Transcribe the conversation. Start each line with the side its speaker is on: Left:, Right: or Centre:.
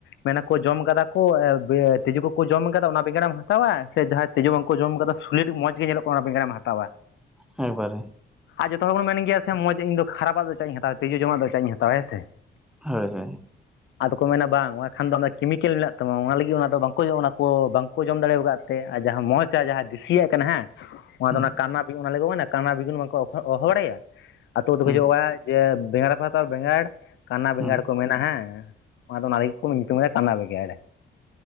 Left: ᱢᱮᱱᱟᱠᱚ ᱡᱚᱢ ᱠᱟᱫᱟ ᱠᱚ ᱛᱤᱡᱩ ᱠᱚᱠᱚ ᱡᱚᱢ ᱟᱠᱟᱫᱟ ᱚᱱᱟ ᱵᱮᱸᱜᱟᱲᱮᱢ ᱦᱟᱛᱟᱣᱟ ᱥᱮ ᱡᱟᱦᱟᱸᱭ ᱛᱤᱡᱩ ᱵᱟᱝᱠᱚ ᱡᱚᱢ ᱟᱠᱟᱫᱟ ᱥᱩᱞᱤᱴ ᱢᱚᱡᱽ ᱜᱮ ᱧᱮᱞᱚᱜ ᱠᱟᱱᱟ ᱚᱱᱟ ᱵᱮᱸᱜᱟᱲᱮᱢ ᱦᱟᱛᱟᱣᱟ
Centre: ᱦᱳᱭ ᱚᱦᱟᱨᱮ <unintelligible>
Left: ᱟᱨ ᱡᱚᱛᱚ ᱦᱚᱲ ᱵᱚᱱ ᱢᱮᱱ ᱜᱮᱭᱟ ᱾ ᱦᱮᱸ ᱢᱚᱡᱽ ᱤᱧ ᱫᱚ ᱠᱷᱟᱨᱟᱯᱟᱜ ᱫᱚ ᱪᱟᱜ ᱤᱧ ᱦᱟᱛᱟᱣᱟ ᱛᱤᱡᱩ ᱡᱚᱢᱟᱜ ᱫᱚ ᱪᱟᱜ ᱤᱧ ᱦᱟᱛᱟᱣᱟ ᱦᱮᱸ ᱥᱮ
Centre: ᱦᱳᱭ ᱦᱳᱭ
Left: ᱟᱫᱚ ᱠᱚ ᱢᱮᱱᱟ ᱵᱟᱝ ᱚᱱᱟᱠᱷᱟᱱ ᱫᱚ ᱠᱮᱢᱤᱠᱮᱞ ᱢᱮᱱᱟᱜ ᱛᱟᱢᱟ ᱚᱱᱟ ᱞᱟᱹᱜᱤᱫ ᱚᱱᱟ ᱫᱚ ᱵᱟᱝᱠᱚ ᱚᱱᱟ ᱠᱚ ᱵᱟᱝᱠᱚ ᱡᱚᱢ ᱫᱟᱲᱮ ᱟᱠᱟᱫ ᱛᱮ ᱟᱨ ᱡᱟᱦᱟᱸ ᱢᱚᱡᱽ ᱟᱨ ᱡᱟᱦᱟᱸ ᱫᱤᱥᱤᱭᱟᱜ ᱠᱟᱱᱟ ᱦᱮᱸ ᱚᱱᱟᱫᱚ
Centre: ᱦᱩᱸ
Left: ᱚᱱᱟ ᱠᱟᱱᱟ ᱚᱱᱟ ᱞᱟᱹᱜᱤᱫᱱᱟ ᱠᱟᱱᱟ ᱵᱤᱜᱩᱱ ᱵᱟᱝᱠᱚ ᱦᱚᱦᱚ ᱵᱟᱲᱟᱭᱟ ᱟᱹᱛᱩ ᱛᱮᱠᱚ
Centre: ᱦᱩᱸ
Left: ᱦᱤᱡᱩᱜᱼᱟ ᱡᱮ ᱵᱮᱸᱜᱟᱲ ᱯᱮ ᱦᱟᱛᱟᱣᱟ ᱵᱮᱸᱜᱟᱲ ᱠᱟᱱᱟ ᱵᱮᱸᱜᱟᱲ
Centre: ᱦᱩᱸ
Left: ᱠᱚ ᱢᱮᱱᱟ ᱦᱮᱸ ᱚᱱᱟᱫᱚ ᱚᱱᱟ ᱞᱟᱹᱜᱤᱫ ᱠᱚ ᱧᱩᱛᱩᱢ ᱮᱫᱟ ᱠᱟᱱᱟ ᱵᱮᱸᱜᱟᱲ